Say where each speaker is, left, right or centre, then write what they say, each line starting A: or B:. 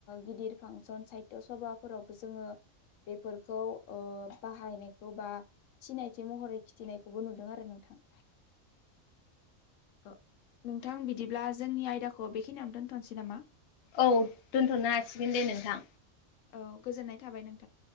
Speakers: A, on the left; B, on the left.
A: गिदिर फांसन साहित्य सभाफोरावबो जोङो बेफोरखौ ओ बाहायनायखौ बा सिनायथि महरै खिथिनायखौबो नुदों आरो नोंथां। ओ नोंथां बिदिब्ला जोंनि आयदाखौ बेखिनियावनो दोनथनोसै नामा?
B: औ दोनथनो हासिगोन दे नोंथां।
A: औ गोजोननाय थाबाय नों।